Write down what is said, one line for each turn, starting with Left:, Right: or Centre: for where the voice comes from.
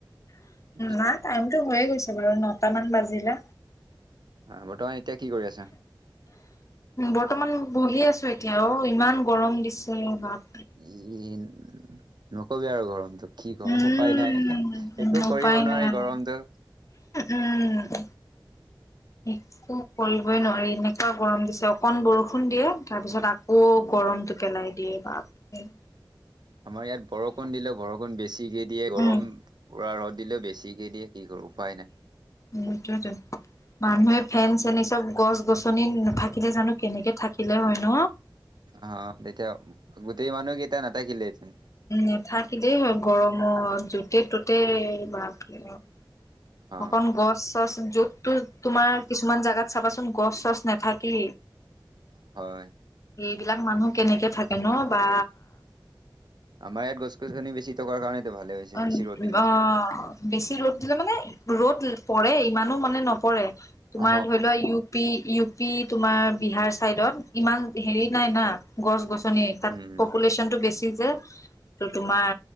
Right: আচ্ছা,
Left: নাই টাইমটো হৈয়ে গৈছে বাৰু নটা মান বাজিলে
Right: বৰ্তমান এতিয়া কি কৰি আছা
Left: বৰ্তমান বহি আছো এতিয়া অ ইমান গৰম দিছে ভাত
Right: <unintelligible> নকবি আৰু গৰমটো কি কৰো
Left: উম
Right: উপায় নাই একো কৰিব
Left: উপায়
Right: নোৱাৰি
Left: নাই
Right: গৰমটো
Left: উম। একো কৰিবই নোৱাৰি এনেকুৱা গৰম দিছে অকন বৰষুণ দিয়ে তাৰ পিছত আক- কৌ
Right: উম
Left: গৰমটো পেলাই দিয়ে পাপ হ
Right: আমাৰ ইয়াত বৰষুণ দিলেও বৰষুণ বেছিকে দিয়ে গৰম
Left: উম
Right: পুৰা ৰ'দ দিলেও বেছিকে দিয়ে কি কৰো উপায় নাই
Left: সেইটোৱেটো মানুহে ফেন চেন এই চব গছ গছনি নাথাকিলে জানো কেনেকে থাকিলে হয় ন
Right: অ তেতিয়া গোটেই মানুহ কেইতা নাথাকিলে হেতেন
Left: উ নাথাকি দেই গৰমত যোতে ততে <unintelligible>
Right: অ
Left: অকন গছ চছ যততো তোমাৰ কিছুমান জাগাত চাবাচোন গছ চচ নাথাকি
Right: হয়
Left: বিলাক মানুহ কেনেকে থাকে ন বা
Right: আমায়াত গছ- গছনি বেছি থকাৰ কাৰণেতো ভালে হৈছে
Left: অ
Right: বেছি ৰ'দ দিলে
Left: অ বেছি ৰ'দ দিলে মানে ৰ'দ পৰে ইমানো মানে নপৰে তোমাৰ
Right: অ
Left: ধৰি লোৱা ইউ পি ইউ পি তোমাৰ বিহাৰ চাইদত ইমান হেৰি নাই না গছ গছ- নি তাত
Right: উম
Left: পপুলেশ্যনটো বেছি যে ত তোমাৰ